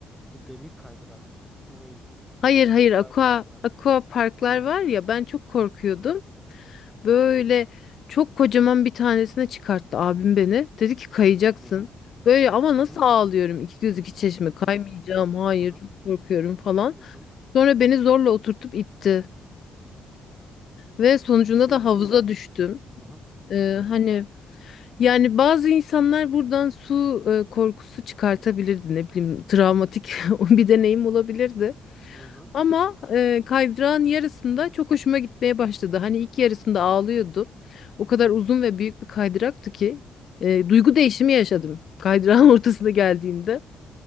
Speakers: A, in the centre; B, on the left (about 60°).
A: Bu demir kaydırak mı? Böyle
B: Hayır hayır
A: Metal
B: aqua
A: kaydırak.
B: aqua parklar
A: Hı hı.
B: var ya ben çok korkuyordum.
A: Hı hı.
B: Böyle
A: Hı hı.
B: çok kocaman bir tanesine çıkarttı abim beni. Dedi ki kayacaksın.
A: Hı hı.
B: Böyle ama
A: Hı
B: nasıl
A: hı.
B: ağlıyorum iki göz iki çeşme kaymayacağım hayır
A: Hı hı.
B: çok korkuyorum falan.
A: Hı hı.
B: Sonra beni zorla oturtup itti ve sonucunda
A: Bir şey
B: da
A: diyeyim
B: havuza
A: mi?
B: düştüm.
A: Hı hı.
B: Ee,
A: Hı hı.
B: hani yani bazı insanlar buradan su e, korkusu çıkartabilirdi ne bileyim travmatik <laughs> bir deneyim olabilirdi.
A: Hı hı.
B: Ama
A: Hı hı.
B: e, kaydırağın yarısında çok hoşuma gitmeye başladı. Hani ilk yarısında ağlıyordum. O kadar uzun ve büyük bir kaydıraktı ki e, duygu değişimi yaşadım kaydırağın <laughs> ortasına geldiğimde.